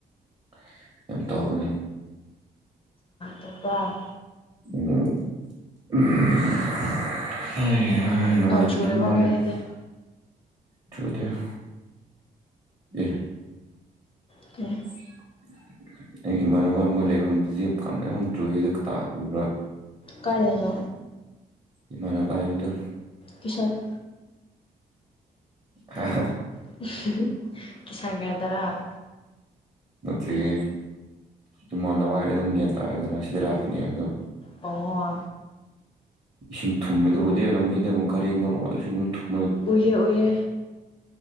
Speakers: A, on the right (about 25°); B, on the left (about 35°).
A: <unintelligible> ꯇꯧꯒꯅꯤ
B: ꯇꯨꯄꯥ
A: ꯎꯝ <unintelligible> ꯍꯩꯍꯥꯏ ꯅꯨꯉꯥꯏꯅ
B: ꯅꯣꯡ ꯆꯨꯔꯤꯕꯣ
A: ꯇꯨꯝꯃ
B: ꯅꯣꯏꯗꯗꯤ
A: ꯂꯩꯕꯗꯨ ꯊꯨꯗꯦ ꯑꯦ
B: ꯀꯦ
A: <unintelligible> ꯑꯩ ꯏꯃꯥꯟꯅꯕ ꯃꯣꯏ ꯂꯩꯐꯝꯗꯨꯗꯤ <unintelligible> ꯎꯕ꯭ꯔꯥ
B: ꯀꯥꯏꯗꯅꯣ
A: ꯏꯃꯥꯟꯅꯕ ꯍꯥꯏꯕꯗꯨ
B: ꯀꯤꯁꯟ
A: ꯍꯥ ꯍꯥ
B: <unintelligible> ꯀꯤꯁꯪ ꯒꯔꯗꯔꯥ
A: ꯅꯠꯇꯦꯍꯦ ꯏꯃꯥꯟꯅꯕ ꯍꯥꯏ ꯑꯗꯨꯝ ꯒ꯭ꯌꯥꯟ ꯇꯥꯔꯗꯅ ꯁꯤꯗꯤ ꯂꯥꯛꯀꯅꯤ ꯍꯥꯏꯕꯗꯣ
B: ꯑꯣ
A: ꯏꯁꯤꯡ ꯊꯨꯝꯃꯗꯨ ꯎꯗꯦ ꯂꯝꯕꯤꯗ ꯃꯨꯛ ꯒꯥꯔꯤ <unintelligible> ꯏꯁꯤꯡ <unintelligible>
B: ꯎꯏꯌꯦ ꯎꯏꯌꯦ